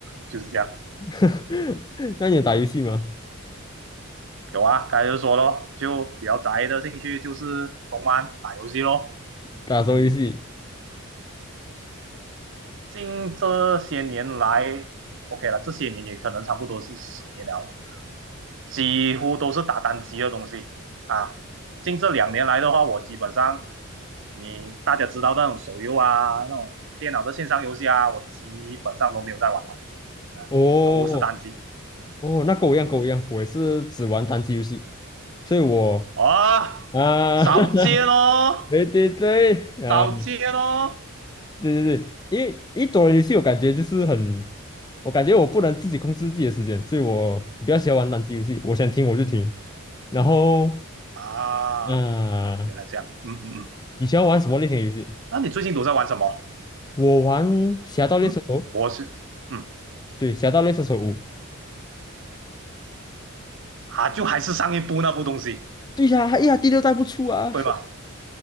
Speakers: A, on the right; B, on the left.
A: 就是这样。
B: <laughs> 那你有打游戏吗？
A: 有啊，刚才就说咯，就比较宅的兴趣就是动漫、打游戏咯，
B: 打手游戏，
A: 嗯。近这些年来，OK 了，这些年也可能差不多是十年了，几乎都是打单机的东西啊。近这两年来的话，我基本上你大家知道那种手游啊，那种电脑的线上游戏啊，我基本上都没有在玩啊，
B: 哦
A: 都是单机。
B: 哦，那跟我一样，
A: 嗯，
B: 跟我一样，我也是只玩单机游戏，所以我
A: 啊，
B: 啊，
A: 少见哦，
B: <laughs> 对对对，啊，
A: 少见哦，
B: 对对对，因为一多人游戏，我感觉就是很，我感觉我不能自己控制自己的时间，所以我比较喜欢玩单机游戏，我想听我就听，然后
A: 啊，
B: 啊，
A: 原来这样，嗯嗯嗯，
B: 你喜欢玩什么类型的游戏？
A: 那你最近都在玩什么？
B: 我玩《侠盗猎车手》，
A: 嗯，我是，嗯。
B: 对，《侠盗猎车手五》，
A: 啊，就还是上一部那部东西，
B: 对呀、哎呀，第六代不出啊，
A: 对吗？
B: <laughs>